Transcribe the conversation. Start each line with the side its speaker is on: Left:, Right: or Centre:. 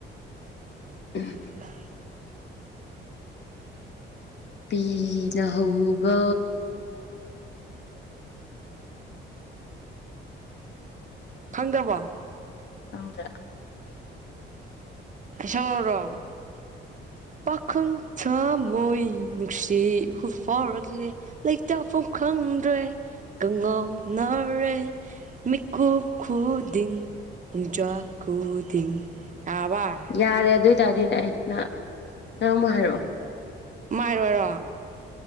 Left: ꯎꯝ
Right: <unintelligible>
Left: ꯄꯤꯅꯍꯧꯕꯥ
Right: ꯈꯪꯗ꯭ꯔꯕꫭ
Left: ꯈꯪꯗ꯭ꯔꯦ
Right: ꯑꯩ ꯁꯛꯂꯛꯔꯣꯔꯣ ꯄꯥꯈꯪ ꯊꯃꯣꯏ ꯅꯨꯡꯁꯤ ꯗꯤ ꯏꯐꯨ ꯐꯥꯎꯔꯛꯂꯦ ꯂꯩꯇꯥꯐꯝ ꯈꯪꯗ꯭ꯔꯦ ꯀꯉꯥꯎꯅꯔꯦ ꯃꯤꯀꯨꯞ ꯈꯨꯗꯤꯡ ꯄꯨꯡꯖꯥ ꯈꯨꯗꯤꯡ ꯌꯥꯔꯕ
Left: ꯌꯥꯔꯦ ꯑꯗꯨ ꯑꯣꯏꯇꯥꯔꯗꯤꯅꯦ ꯑꯩ ꯅꯪ ꯅꯪ ꯑꯃꯨꯛ ꯍꯥꯏꯔꯛꯑꯣ
Right: ꯃꯥꯏꯔꯣꯏꯔꯣ